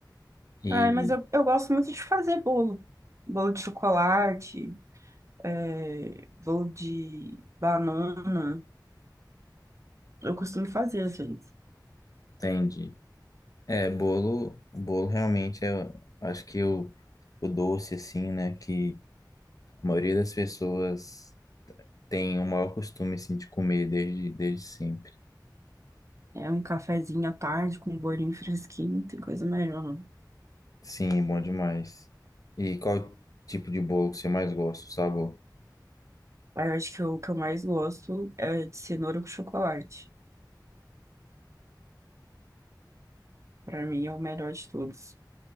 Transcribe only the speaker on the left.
E
entende. É, bolo, bolo realmente é, acho que o, o doce, assim, né, que A maioria das pessoas tem o maior costume, assim, de comer desde, desde sempre.
Sim, bom demais. E qual tipo de bolo que você mais gosta, o sabor?